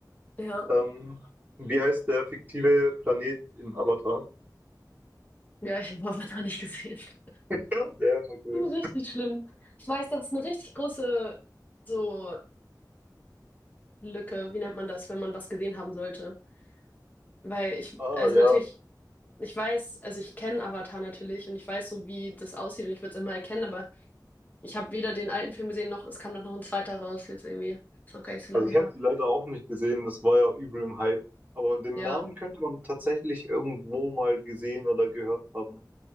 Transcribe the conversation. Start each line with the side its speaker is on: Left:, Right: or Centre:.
Left: Ja,
Right: Ähm, wie heißt der fiktive Planet in Avatar?
Left: ja, ich habe Avatar nicht gesehen. <laughs>
Right: Ja, der, okay.
Left: Das ist richtig schlimm. Ich weiß, dass es eine richtig große so Lücke, wie nennt man das, wenn man was gesehen haben sollte? Weil ich,
Right: Ah,
Left: also
Right: ja.
Left: natürlich, ich weiß, also ich kenne Avatar natürlich und ich weiß so, wie das aussieht und ich würde es immer erkennen, aber ich habe weder den alten Film gesehen, noch es kam doch noch ein zweiter raus jetzt irgendwie. Ist noch gar nicht so
Right: Also
Left: lange
Right: ich
Left: her.
Right: habe die leider auch nicht gesehen. Das war ja übel im Hype. Aber den
Left: Ja,
Right: Namen könnte man tatsächlich irgendwo mal gesehen oder gehört haben.